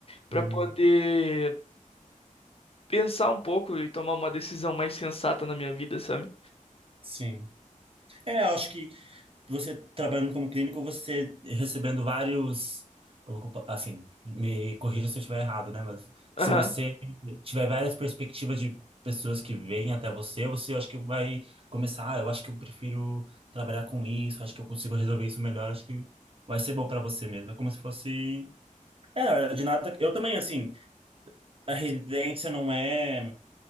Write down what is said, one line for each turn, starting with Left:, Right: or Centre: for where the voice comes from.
Left: Pra
Right: Hum,
Left: poder pensar um pouco e tomar uma decisão mais sensata na minha vida, sabe?
Right: sim. É, eu acho que você trabalhando como clínico, você recebendo vários, assim, me corrija se eu estiver errado, né? Mas se
Left: Aham,
Right: você tiver várias perspectivas de pessoas que vêm até você, você acho que vai começar, ah, eu acho que eu prefiro trabalhar com isso, acho que eu consigo resolver isso melhor, acho que vai ser bom para você mesmo. É como se fosse, é, na verdade, nada, eu também assim, a residência não é